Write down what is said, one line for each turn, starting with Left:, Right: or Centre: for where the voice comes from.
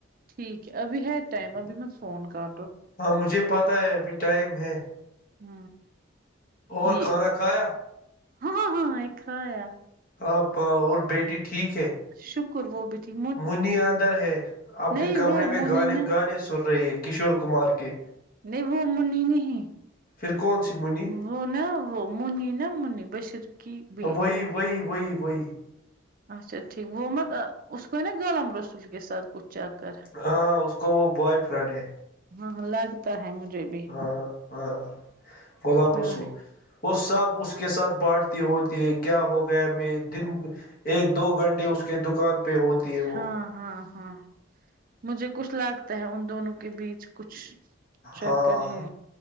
Right: ٹھیک ہے ابھی ہے ٹائم ابھی میں فون کر رہ ہوں
Left: ہاں مجھے پتہ ہے ابھی ٹائم ہے
Right: ہ
Left: اور
Right: یہ
Left: کھانا کھایا
Right: ہاں ہاں ایکایا
Left: آپ اور بیٹی ٹھیک ہے
Right: شکر وہ بھی تھی
Left: منی اندر ہے اپنے
Right: نہیں
Left: کمرے
Right: وہ
Left: میں
Right: منی
Left: گانے
Right: نا
Left: گانے سن رہی ہے کشور کمار کے
Right: نہیں وہ ا منی نہیں
Left: پھر کون سی منی
Right: وہ نا وہ منی نا منی بشر کیی ب
Left: وہی وہ وئی وئی وئی
Right: اچا ٹھیک وہ متب اسس کوو نا غالام رسول کے ساتھ کھ چکر
Left: ہاں اس کو وہ بوائے فرینڈ ہے
Right: ہاں لگتا ہے مجھے بھی
Left: ہاں ہاں گلاب
Right: ہاں
Left: رسول وہ سب اس کے ساتھ بانٹتی ہوتی ہے کیا ہوگا میں دن ایک دو گھنٹے اس کے دکان پہ ہوتی ہے وہ
Right: ہاں ہاں ہاں مجھے کچھ لگتا ہے ان دونوں کے بیچ کچھ چکر
Left: ہاں
Right: ہے